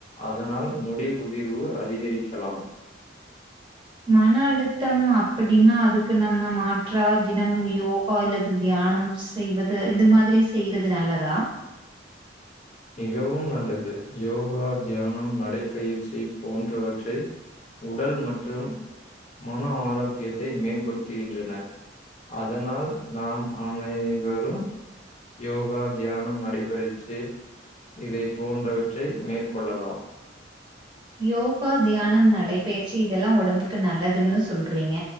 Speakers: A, on the left; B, on the right.
A: அதனால் முடி உதிர்வு அதிகரிக்கலாம்
B: மன அழு த்தம் அப்படின்னா அதுக்கு நம்ம மாற்றா தினமும் யோகா அல்லது தியானம் செய்வது இந்த மாதிரி செய்றது நல்லதா
A: மிகவும் நல்லது யோ கா தியானம் நடைப்பயிற்சி போன்றவற்றை உடல் மற்றும் மன ஆரோக்கியத்தை மேம்படுத்துகின்றன அதனால் நாம் அனைவரும் யோகா தியானம் நடைபயிற்சி இதை போன்றவற்றை மேற்கொள்ளலாம்
B: யோகா தியானம் நடைப் பயிற்சி இதெல்லா ஒடம்புக்கு நல்லதுன்னு சொல்றீங்க